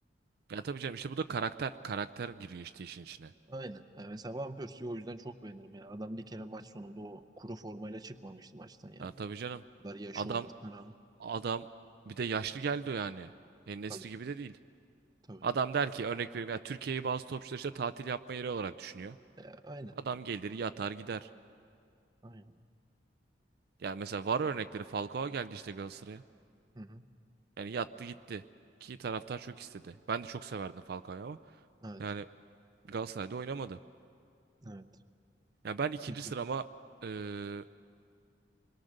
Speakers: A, on the right (about 60°); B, on the right (about 20°).
A: Ya tabii canım işte bu da karakter karakter giriyor işte işin içine.
B: Aynen. Yani mesela Van Persie'yi o yüzden çok beğenirim ya. Adam bir kere maç sonunda o kuru formayla çıkmamıştı maçtan yani.
A: Ya tabii canım.
B: O kadar yaşı
A: Adam
B: olmasına rağmen.
A: adam bir de yaşlı geldi o yani. En Nesri
B: Tabii
A: gibi de değil.
B: tabii.
A: Adam der ki örnek veriyorum ya Türkiye'yi bazı topçular işte tatil yapma yeri olarak düşünüyor.
B: E, aynen.
A: Adam gelir yatar gider.
B: Aynen.
A: Yani mesela var örnekleri Falcao geldi işte Galatasaray'a.
B: Hı hı.
A: Yani yattı gitti. Ki taraftar çok istedi. Ben de çok severdim Falcao'yu ama
B: Evet.
A: yani Galatasaray'da oynamadı.
B: Evet.
A: Ya ben ikinci
B: Peki.
A: sırama eee,